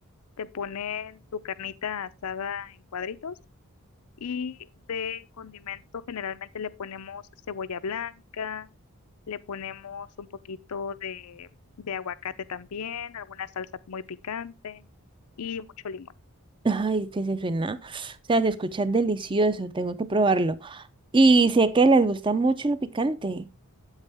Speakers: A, on the left; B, on the right.
A: te ponen tu carnita asada en cuadritos y de condimento generalmente le ponemos cebolla blanca, le ponemos un poquito de, de aguacate también, alguna salsa muy picante y mucho limón.
B: Ay, que se suena. O sea, se escucha delicioso. Tengo que probarlo. Y sé que les gusta mucho lo picante.